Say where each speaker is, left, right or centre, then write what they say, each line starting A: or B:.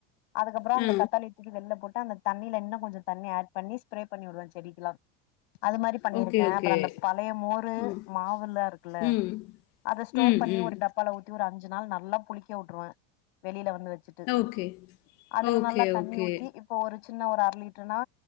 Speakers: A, on the left; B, on the left.
A: அதுக்கப்பறொ
B: அ.
A: அந்த கத்தாழி தூக்கி வெள்ளபோட்டு அந்த தண்ணில இன்னு கொஞ்சொ தண்ணி ஆட் பண்ணி ஸ்ப்ரே பண்ணி உடுவ செடிக்குலா அது மாரி பண்ணிருக்க
B: ஓகே, ஓகே.
A: அப்பற அந்த பழையமோரு
B: ம்,
A: மாவுல்லா இருக்குல்ல
B: ம்,
A: அத ஸ்டோர்
B: ம்,
A: பண்ணி
B: ம்.
A: ஒரு டப்பால ஊத்தி ஒரு அஞ்சுநாள் நல்லா புளிக்கஉட்டுருவ வெளில வந்து வெச்சுட்டு
B: ஓகே,
A: அதுல
B: ஓகே,
A: நல்லா தண்ணி
B: ஓகே.
A: ஊத்தி இப் ப்ப ஒரு சின்ன ஒரு அர லிட்டர்னா